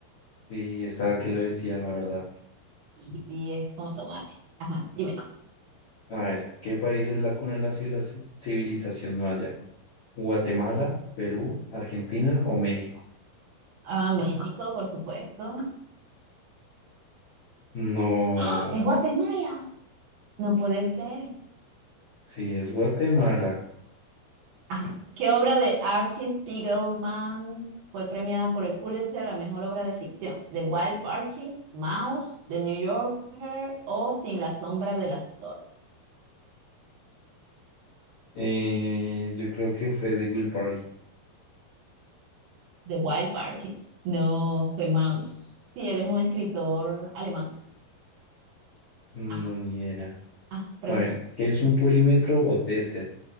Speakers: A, on the left; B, on the right.
A: Sí, estaba que lo decía, la verdad.
B: Y sí, es como tomate. Ajá, dime.
A: A ver, ¿qué país es la cuna de la civiliz- civilización maya? ¿Guatemala, Perú, Argentina o México?
B: Ah, México, por supuesto.
A: No,
B: ¡Ah! ¡Es Guatemala! No puede ser.
A: sí, es Guatemala.
B: Ajá. ¿Qué obra de Artie Spiegelman fue premiada por el Pulitzer a la mejor obra de ficción? ¿The Wild Party, Mouse, The New Yorker o Sin la sombra de las torres?
A: Eh, yo creo que fue de Will Party.
B: The Wild Party. No fue Mouse. Sí, él es un escritor alemán.
A: No,
B: Ajá.
A: ni idea.
B: Ah, pregunta.
A: A ver, ¿qué es un polímetro o tester?